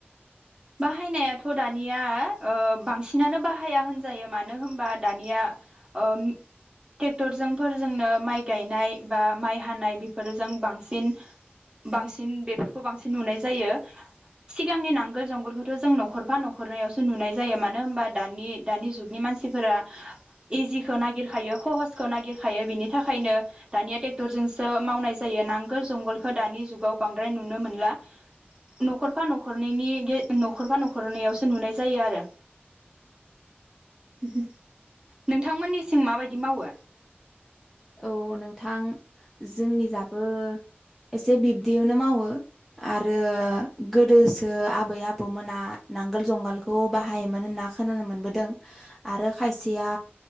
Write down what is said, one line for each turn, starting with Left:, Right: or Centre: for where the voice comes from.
Right: बाहायनायाथ दानिया ओ बांसिनानो बाहाया होनजायो मानो होनबा दानिया ओम टेकटरजों फोरजोंनो माइ गायनाय बा माइ हानाय बेफोरजों बांसिन बांसिन बेफोरखौ बांसिन नुनाय जायो सिगांनि नांग गोल जंगलखौथ जों नखरफा नखरनैयावसो नुनाय जायो मानो होनबा दानि दानि जुगनि मानसिफोरा इजिखौ नागिरखायो कहसखौ नागिरखायो बिनि थाखायनो दानिया टेक्टरजोंसो मावनाय जायो नांगोल जंगालखौ दानि जुगाव बांद्राय नुनो मोनला नखरफा नखरनैनि बे नखरबा नखरनै आवसो नुनाय जायो आरो नोंथांमोननि थिं माबायदि मावो
Centre: औ नोंथां जोंनि जाबो एसे बिब्दियावनो मावो आरो गोदोसो आबै आबौमोना नांगोल जंगालखौ बाहायोमोन होनना खोनानो मोनबोदों आरो खायसेया